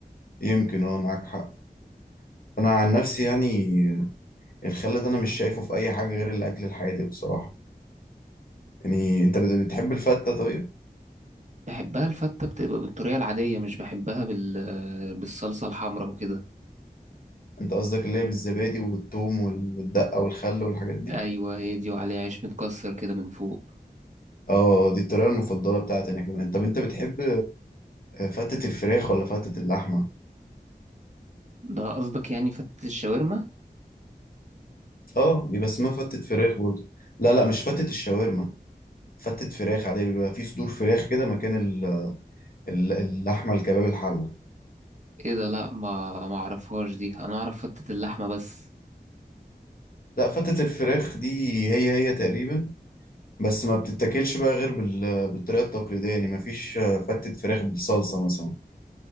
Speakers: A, on the left; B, on the right.
A: يمكن اه معاك حق أنا عن نفسي يعني الخل ده أنا مش شايفه في أي حاجة غير الأكل الحادق بصراحة يعني أنت بت- بتحب الفتة طيب؟
B: بحبها الفتة بتبقى بالطريقة العادية مش بحبها بال... آه، بالصلصة الحمراء وكده
A: أنت قصدك اللي هي بالزبادي وبالثوم والدقة والخل والحاجات دي؟
B: أيوة هي دي وعليها عيش متكسر كده من فوق
A: اه دي الطريقة المفضلة بتاعتي أنا كمان طب أنت بتحب فتة الفراخ ولا فتة اللحمة؟
B: ده قصدك يعني فتة الشاورما؟
A: اه بيبقى اسمها فتة فراخ برضه لا لا مش فتة الشاورما فتة فراخ عادية بيبقى في صدور فراخ كده مكان ال- ال- اللحمة الكباب الحلة
B: ايه ده لا ما ما اعرفهاش دي انا اعرف فتة اللحمة بس
A: لا فتة الفراخ دي هي هي تقريبا بس ما بتتاكلش بقى غير بال- بالطريقة التقليدية يعني ما فيش فتة فراخ بالصلصة مثلا